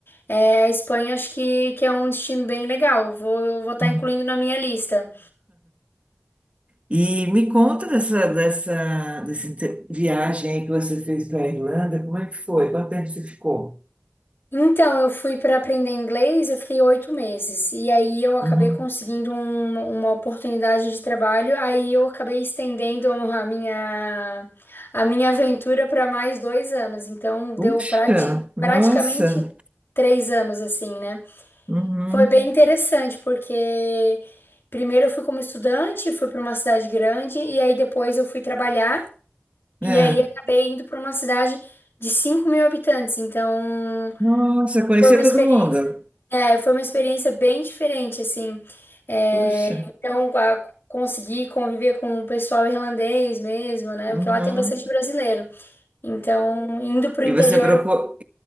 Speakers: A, on the left; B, on the right.
A: é, a Espanha acho que, que é um destino bem legal. Vou, vou estar
B: uhum.
A: incluindo na minha lista.
B: E me conta dessa, dessa, dessa inter- viagem aí que você fez para a Irlanda. Como é que foi? Quanto tempo você ficou?
A: Então, eu fui para aprender inglês, eu fiquei oito meses. E aí eu acabei
B: Uhum.
A: conseguindo um- uma oportunidade de trabalho. Aí eu acabei estendendo a minha, a minha aventura para mais dois anos. Então, deu
B: Puxa,
A: prati-
B: nossa.
A: praticamente três anos, assim, né?
B: Uhum.
A: Foi bem interessante, porque primeiro eu fui como estudante, fui para uma cidade grande, e aí depois eu fui trabalhar.
B: É.
A: E aí acabei indo para uma cidade de 5 mil habitantes. Então.
B: Nossa, conhecer
A: Foi uma experiência,
B: todo mundo.
A: é, foi uma experiência bem diferente, assim. É,
B: Puxa.
A: então, a- consegui conviver com o pessoal irlandês mesmo, né?
B: Uhum.
A: Porque lá tem bastante brasileiro. Então, indo para
B: E
A: o interior,
B: você procurou,
A: eu-